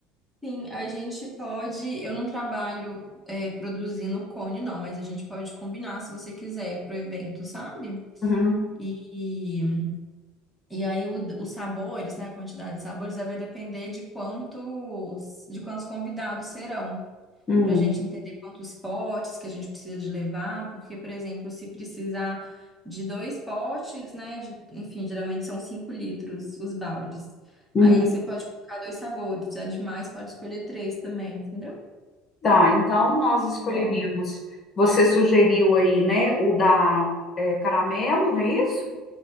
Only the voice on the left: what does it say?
Uhum,
uhum,
uhum.
Tá, então nós escolheríamos.
Você sugeriu aí, né, o da é, caramelo, não é isso?